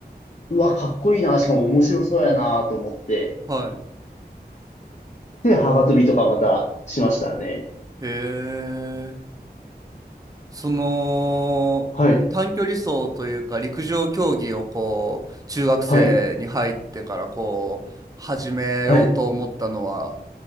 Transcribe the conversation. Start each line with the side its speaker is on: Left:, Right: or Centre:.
Left: うわ、かっこいいな、しかも面白そうやなと思って、
Right: はい。
Left: で、幅跳びとかまたしましたね。
Right: へえ。その、
Left: はい、
Right: 短距離走というか陸上競技をこう、中学生に入ってからこう、
Left: はい、
Right: 始めようと思ったのは、
Left: はい、